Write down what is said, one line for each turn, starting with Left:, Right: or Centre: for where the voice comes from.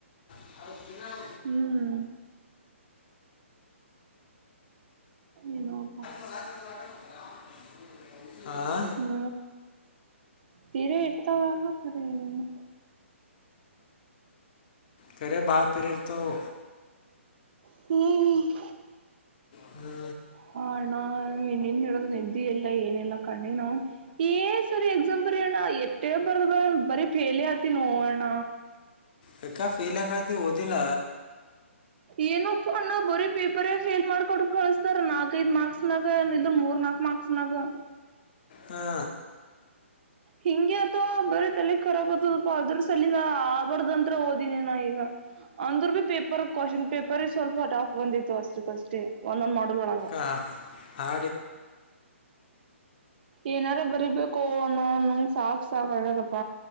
Left: ಹತ್ತ <inaudible>
Right: ಹ್ಮ್ ಏನೊಪ್ಪಾ
Left: <inaudible> ಹಾ
Right: ಹ್ಮ ಬೇರೆ ಇರ್ತವೆ ಅವನುವು ಕರೆ ಹೇಳೋದಿಲ
Left: ತೆರೆ ಬಹಳ ತೆರೆ ಇರ್ತವು
Right: ಹ್ಮಞ
Left: ಹ್ಞೂ
Right: ಹ ನಾನ್ ಹೇಳಡೋದು ನಿದ್ದಿ ಎಲ್ಲ ಏನೆಲ್ಲಾ ಕಣ್ಣೆಗೇ ನಾ್ ಏ ಸರಿ ಎಕ್ಸಾಂಪರಿ ಅಣ್ಣ ಎಟ್ಟೇ ಬರ್ದ ಬ ಬರಿೀ ಫೇಲಿ ಆತಿ ನೋ ಅಣ್ಣ
Left: ಯಾಕ ಫೈಲ್ ಯಾಕೆ ಹಾಗಿತಿ ಓದಿಲ್ಲ
Right: ಏನು ಅಣ್ಣ ಬರೀ ಪೇಪರೇ ಫೇಲ್ ಮಾಡಕೊಂಡ ಕಳಸ್ತಾರ ನಾಲ್ಕ್ೈಐದು ಮಾರ್ಕ್ಸ್ ನಾಗ ಇದ್ರು ಮೂರ್ ನಾಲ್ಕ್ ಮಾರ್ಕ್ಸ್ ಚನಗ
Left: ಹಾ
Right: ಹಿಂಗೆ ಅಥವಾ ಬರೀ ತಲೆ ಖರಾಬ್ ಆತದಪ್ಪ ಅದ್ರ ಸಲ ನ ಆಬಾರ್ದಂತ್ರ ಓದಿನಿ ನಾ ಈಗ ಅಂದ್ರರು ಭೀ ಪೇಪರ್ ಕ್ವಶನ್ ಪೇಪರ್ ಸ್ವಲ್ಪ ಹ ಆಫ್ ಬಂದಿತ್ತು ಅಷ್ಟಕ್ಕ ಅಷ್ಟೇ ಒಂದೊಂದ್ ಮಾಡಲ್ ಒಳಗ
Left: ಹ ಹಾರ್ಡ್ ಇತ್ತು
Right: ಏನಾರು ಬರೀಬೇಕು ಅನ್ನ ನಂಗ್ ಸಾಕ್ ಸಾಕ್ ಆಗದಪ್ಪ